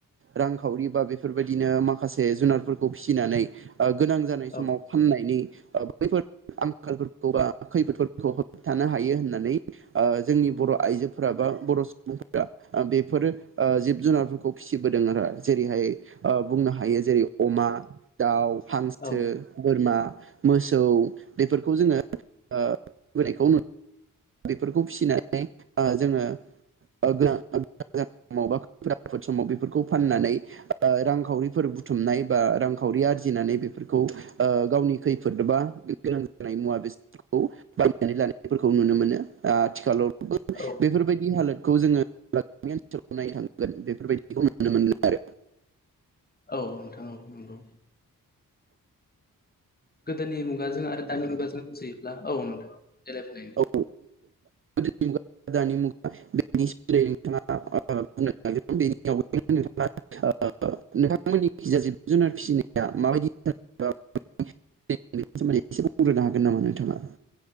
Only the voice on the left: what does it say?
औ
औ
औ
औ नोंथां औ नंगौ। गोदोनि मुगाजों आरो दानि मुगाजों रूजुयोब्ला औ नोंथां देलाय बुंलाय।